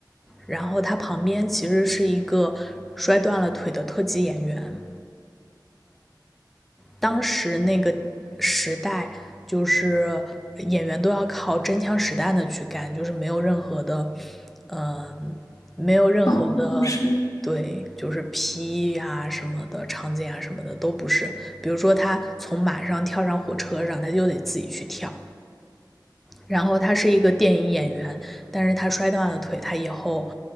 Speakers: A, in the centre; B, on the left.
A: 然后她旁边其实是一个摔断了腿的特级演员，当时那个时代，就是演员都要靠真枪实弹的去干，就是没有任何的，嗯，没有任何的，
B: 保护就是
A: 对，就是 P 啊什么的场景啊什么的都不是。比如说他从马上跳上火车上，他就得自己去跳，然后他是一个电影演员，但是他摔断了腿，他以后